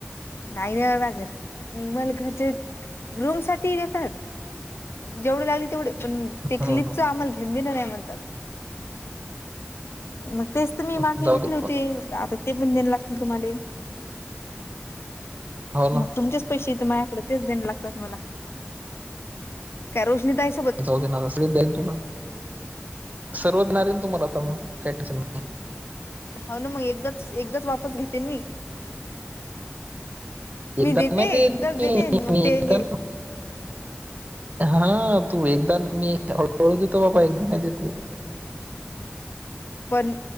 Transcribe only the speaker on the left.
नाही नाही बा लागत मला घरच्या रूम साठी देतात. जेवढ लागली तेवढे पण तेकलीचा
आमल घेन दिन नाही म्हणतात मग तेच त मी मागे
घेतले
होते आता ते पण देण लागतील तुम्हाले.
मग
तुमच्या <unintelligible> पैसे माझ्याकडे तेच देन लागतात मला काय रोशनी ताई
हाव ना मग एकदाच एकदाच वाचत घेतेन मी.
मी देते
एकदाच
देते मग
ते
हे
पण